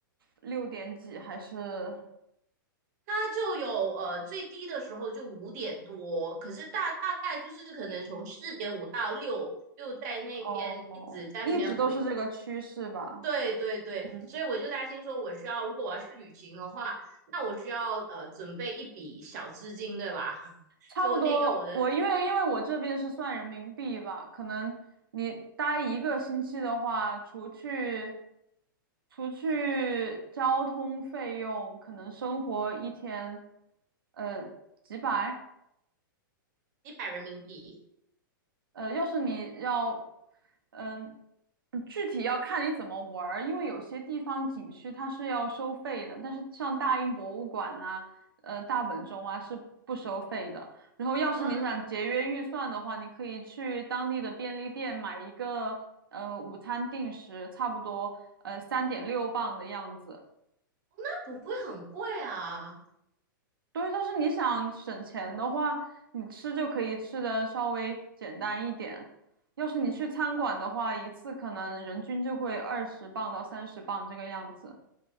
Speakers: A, on the right; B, on the right.
A: 六点几，还是
B: 它就有呃最低的时候就五点多，可是大大概就是可能从四点五到六，就在那边一直在那边回
A: 哦，一直都是这个趋势吧？
B: 对对对，
A: 嗯。
B: 所以我就担心说，我需要如果我要去旅行的话，那我需要呃准备一笔小资金，对吧？<laughs>
A: 差不多，
B: 就那个我的
A: 我因为因为我这边是算人民币吧，可能你待一个星期的话，除去除去交通费用，可能生活一天，呃，几百，
B: 一百人民币
A: 呃，要是你要，嗯，具体要看你怎么玩儿，因为有些地方景区它是要收费的，但是像大英博物馆啊，呃，大本钟啊是不收费的。然后，要是你想节约预算的话，
B: 啊，
A: 你可以去当地的便利店买一个呃午餐定时，差不多呃三点六磅的样子，
B: 那不会很贵啊。
A: 对，就是你想省钱的话，你吃就可以吃的稍微简单一点。要是你去餐馆的话，一次可能人均就会二十磅到三十磅这个样子。